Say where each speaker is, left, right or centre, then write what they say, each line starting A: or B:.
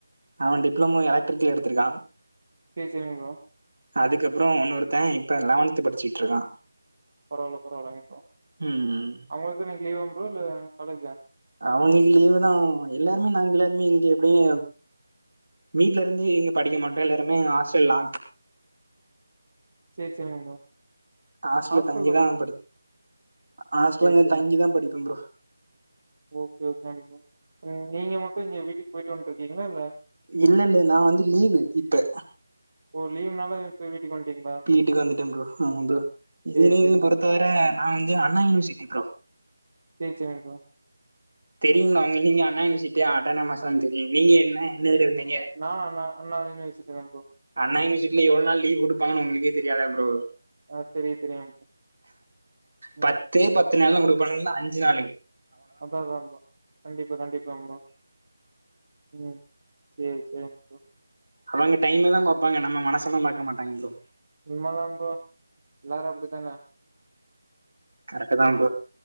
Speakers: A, on the right; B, on the right.
A: அவே டிப்ளமோ எலக்ட்ரிக்கல் எடுத்துருக்கா
B: சேர் சேரிங் ப்ரோ
A: அதுக்கப்றோ ஒன்னோருத்தே இப்ப லெவன்த்து படிச்சிட்ருக்கா
B: பரவால்ல பரவாலங்க ப்ரோ
A: ம்
B: அவுங்களுக்கு இன்னக்கி லீவாங் ப்ரோ இல்ல காலேஜா
A: அவங்களுக்கு லீவுதா எல்லாருமே நாங்க எல்லாருமே இங்க எப்டியு வீட்லருந்து இங்க படிக்க மாட்டோ எல்லாருமே ஹாஸ்டல் லாங்
B: சேர் சேரிங் ப்ரோ
A: ஹாஸ்டல்ல
B: ஹாஸ்டல்
A: தங்கிதா
B: ப்ரோ
A: படிப் ஹாஸ்ட்டல
B: சேரி
A: இங்க
B: சேரிங்க
A: தங்கிதா படிப்பே ப்ரோ
B: ஓகே ஓகே கண்டிப்பா நீங்க மட்டு இங்க வீட்டுக்கு போயிட்டு வன்ட்ருக்கீங்களா இல்ல
A: இல்லல்ல நா வந்து லீவு இப்ப
B: ஓ லீவுனால இப்பே வீட்டுக்கு வண்டீங்களா
A: வீட்டுக்கு வந்துட்டே ப்ரோ ஆமா ப்ரோ
B: சேரி
A: இதுல
B: சேரிங்க
A: எதும் பொறுத்தவர
B: ப்ரோ
A: நா வந்து அண்ணா யூனிவர்சிட்டி ப்ரோ
B: சேரி செரிங்க ப்ரோ
A: தெரியுனாங்க நீங்க அண்ணா யுனிவர்சிட்டியா அட்டானாமஸானு தெரியு நீங்க என்னா என்ன இதுல இருந்தீங்க
B: நா அண்ணா அண்ணா யுனிவர்சிட்டி தா ப்ரோ
A: அண்ணா யுனிவர்சிட்டில எவ்ளோ நாள் லீவ் குடுப்பாங்கன்னு உங்களுக்கே தெரியாதா ப்ரோ
B: ஆ தெரியு தெரியு ப்ரோ
A: பத்தே
B: ம்
A: பத்து நாளு தா குடுப்பாங்க இல்லனா அஞ்சு நாளைங்
B: அம்டாகிராம் ப்ரோ கண்டிப்பா கண்டிப்பா ப்ரோ ம் சேரி சேரிங்க ப்ரோ
A: அவங்க டைமதா பாப்பாங்க நம்ம மனசெல்லா பாக்க மாட்டங்க ப்ரோ
B: உண்ம தா ப்ரோ எல்லாரு அப்டித்தானே
A: கரெக்டு தா ப்ரோ